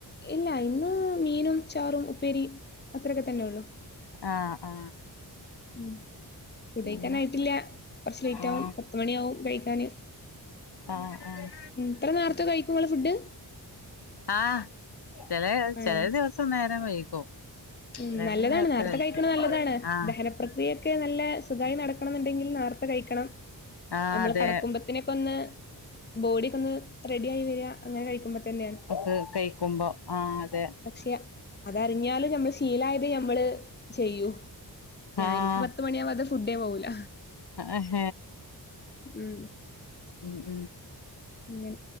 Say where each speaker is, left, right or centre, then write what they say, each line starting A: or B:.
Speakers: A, on the left (about 25°); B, on the left (about 75°).
A: ഇല്ല ഇന്ന് മീനും ചാറും ഉപ്പേരി അത്രയൊക്കെ തന്നെ ഉള്ളു
B: ആഹ് ആഹ്
A: ഉം ഫുഡഴിക്കാന്
B: പിന്നെ
A: ആയിട്ടില്ല കുറച്ച് ലേറ്റ്
B: ആഹ്
A: ആവും പത്ത് മണിയാവും കഴിക്കാന്
B: ആഹ് ആഹ്
A: ഇത്ര നേരത്തെ കഴിക്കും നിങ്ങൾ ഫുഡ്
B: ആഹ് ചില
A: ആണോ?
B: ചില ദിവസം നേരം വൈകും
A: ഉം
B: ചിലത്
A: നല്ലതാണ്
B: നേരത്തെ
A: നേർത്തെ
B: കഴിക്കും
A: കഴിക്കണ നല്ലതാണ്
B: ആഹ്
A: ദഹനപ്രക്രിയൊക്കെ നല്ല സുഖമായി നടക്കണം എന്നുണ്ടെങ്കിൽ നേർത്തെ ത്തെ കഴിക്കണം
B: ആഹ്
A: നമ്മൾ
B: അതെ
A: കിടക്കുമ്പത്തി നൊക്കെ ഒന്ന് ബോഡിയൊക്കെ ഒന്ന് റെഡി ആയി വരിക അങ്ങനെ കഴിക്കുമ്പത്തന്നെയാണ്
B: ഒക്കെ കഴിക്കുമ്പോ ആഹ് അതെ
A: പക്ഷെ അതറിഞ്ഞാല് നമ്മൾ ശീലായത് നമ്മൾ ചെയ്യൂ
B: ആഹ്
A: എനിക്ക് പതു മണിയാവാതെ ഫുഡേ പോകൂല്ല
B: ആഹ
A: ഉം
B: ഉ ഉം
A: ങേ